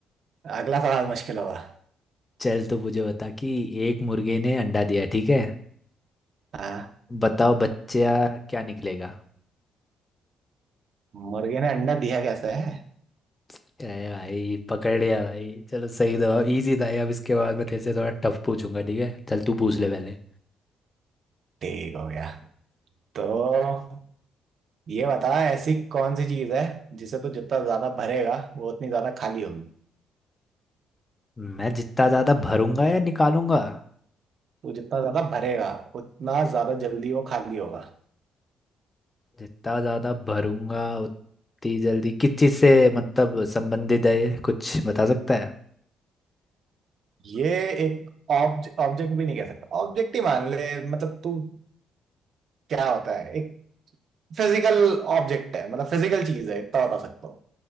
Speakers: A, on the right; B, on the left.
A: अगला सवाल मुश्किल होगा
B: चल तो मुझे बता कि एक मुर्गे ने अंडा दिया ठीक है
A: हाँ
B: बताओ बच्चा क्या निकलेगा
A: मुर्गे ने अंडा दिया कैसे है
B: अरे भाई पकड़ लिया भाई चलो सही जवाब इजी था ये अब इसके बाद मैं तेरे से थोड़ा टफ पूछूंगा ठीक है चल तू पूछ ले पहले
A: ठीक हो गया तो ये बता ऐसी कौन सी चीज है जिसे तू जितना ज्यादा भरेगा वो उतनी ज्यादा खाली होगी
B: मैं जितना ज्यादा भरूंगा या निकालूंगा
A: तू जितना ज्यादा भरेगा उतना ज्यादा जल्दी वो खाली होगा
B: जितना ज्यादा भरूंगा उतनी जल्दी किस चीज से मतलब संबंधित है ये? कुछ बता सकता है
A: ये एक ऑब्जेक्ट भी नहीं कह सकता ऑब्जेक्ट ही मान ले मतलब तू क्या होता है एक फिजिकल ऑब्जेक्ट है मतलब फिजिकल चीज है इतना बता सकता हूँ